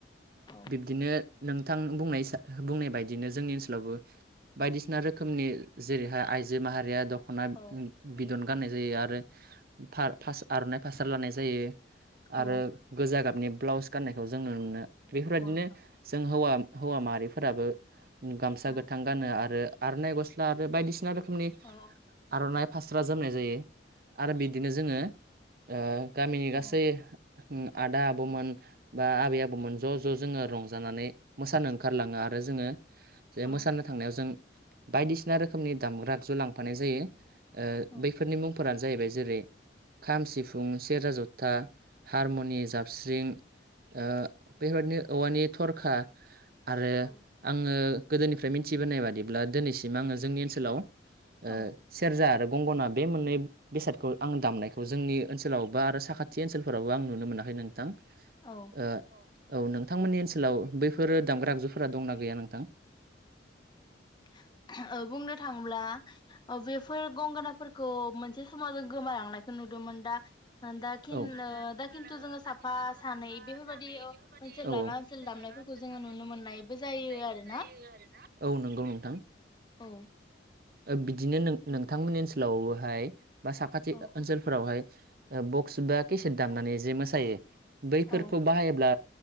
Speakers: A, on the left; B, on the right.
A: औ
B: बिब्दिनो नोंथां बुंनाय <unintelligible> बुंनाय बायदिनो जोंनि ओनसोलावबो बायदिसिना रोखोमनि जेरैहाय आइजो माहारिया द खना
A: औ
B: बिदन गाननाय जायो आरो फार-फास आर'नाइ फास्रा लानाय जायो। आरो
A: औ
B: गोजा गाबनि ब्लाउस गाननायखौ जों नुनो मोनो। बेफोरबायदिनो
A: औ नोंथां
B: जों हौवा हौवा माहारिफोराबो गामसा
A: औ
B: गोथां गानो आरो आर'नाइ गस्ला आरो बायदिसिना रो खोमनि
A: औ
B: आर'नाइ फास्रा जोमनाय जायो आरो बिदिनो जोङो ओ गामिनि
A: औ
B: गासै ओं आदा आबौमोन बा आबै आबौमोन ज' ज' जोङो रंजानानै मोसानो ओंखारलाङो आ रो जोङो जे
A: औ
B: मोसानो थांनायाव जों बायदिसिना रोखोमनि दामग्रा आगजु लांफानाय जायो। ओ
A: औ
B: बैफोरनि मुंफोरा जाहैबाय जेरै खाम, सिफुं, सेरजा, जथा, हारमनि, जाबस्रिं ओ बेबायदिनो औवानि थरखा आरो
A: औ
B: आङो गोदोनिफ्राय मिथिबोनाय बादिब्ला दोनैसिम आङो जोंनि ओनसोलाव
A: औ
B: ओ सेरजा आरो गंगना बे मोननै बेसादखौ आं दामनायखौ जोंनि ओनसोलावबो आरो साखाथि ओनसोलफोरावबो आं नुनो मोनाखै नोंथां।
A: औ।
B: ओ औ नोंथांमोननि ओनसोलाव बैफोर दामग्रा आगजुफोरा दं ना गैया नोंथां?
A: <unintelligible> बुंनो थाङोब्ला औ बेफोर गंगोनाफोरखौ मोनसे समाव जों गोमालांनायखौ नुदोमोन दा दा खिन
B: दा
A: ओ
B: खिन
A: दा
B: ओ
A: खिन्थु जोङो
B: दा
A: साफा
B: खिन्थु जोङो
A: सानै
B: साफा
A: बेफोरबायदि
B: सानै
A: ओ
B: बेफोरबादि
A: ओनसोल
B: औ
A: लाना
B: औ--ओनसोल
A: ओनसोल दामनायफोरखौ
B: लाना ओनसोल
A: जोङो
B: दामनायफोरखौ
A: नुनो मोननायबो
B: जोङो नुनो
A: जायो
B: मोननायबो
A: आरो
B: जायो
A: ना
B: आरोना औ नोंथां
A: औ
B: बिदिनो नोंथांमोननि ओनसोलावहाय बा साखाथि
A: औ
B: ओनसोलफोरावहाय बक्स बा केसेट दामनानै जे मोसायो। बैफोरखौ
A: औ
B: बाहायोब्ला